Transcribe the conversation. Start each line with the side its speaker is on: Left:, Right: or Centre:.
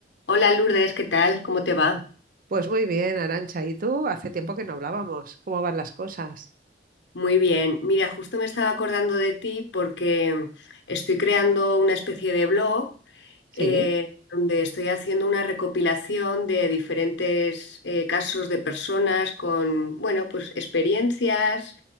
Left: Hola Lourdes, ¿qué tal? ¿Cómo te va?
Right: Pues muy bien, Arancha. ¿Y tú? Hace tiempo que no hablábamos. ¿Cómo van las cosas?
Left: Muy bien. Mira, justo me estaba acordando de ti porque estoy creando una especie de blog
Right: Sí.
Left: eh, donde estoy haciendo una recopilación de diferentes eh, casos de personas con, bueno, pues experiencias